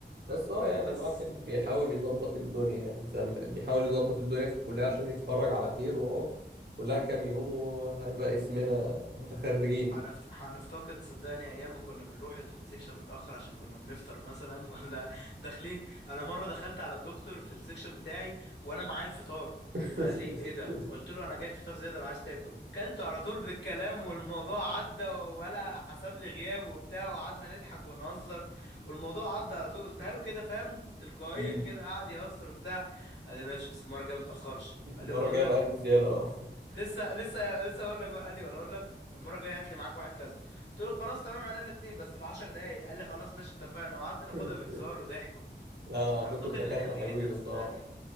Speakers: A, on the right; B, on the left.
A: بس اه يعني
B: بس
A: الواحد بيحاول يظبط الدنيا يعني زم... بيحاول يظبط الدنيا في الكلية عشان يتخرج على خير واهو كلها كام يوم وهيبقى اسمنا متخرجين
B: هنفت... هنفتقد صدقني ايام ما كنا بنروح السكشن متاخر عشان كنا بنفطر مثلا <laughs> ولا داخلين انا مره دخلت على الدكتور في السكشن بتاعي وانا معايا الفطار
A: <laughs>
B: فقال لي ايه ده قلت له انا جايب فطار زياده لو عايز تاكل كلته على طول بالكلام والموضوع عدى ولا حسب لي غياب وبتاع وقعدنا نضحك ونهزر والموضوع عدى على طول قلتها له كده فاهم تلقائيا
A: مم.
B: كده قعد يهزر وبتاع قال لي ماشي بس المره الجايه متاخرش قال
A: المرة
B: لي ولا اقول
A: الجاية
B: لك
A: بقى قلب زيادة بقى
B: لسه لسه لسه اقول لك بقى قال لي ولا اقول لك المره الجايه هات لي معاك واحد كذا قلت له خلاص تمام عنا الاثنين بس ب 10 دقايق قال لي خلاص ماشي اتفقنا وقعدنا ناخدها
A: <laughs>
B: بهزار وضحك
A: لا لا عندكم
B: هفتقد
A: الدكاترة
B: الايام
A: حلوين
B: دي جدا صدقني
A: الصراحة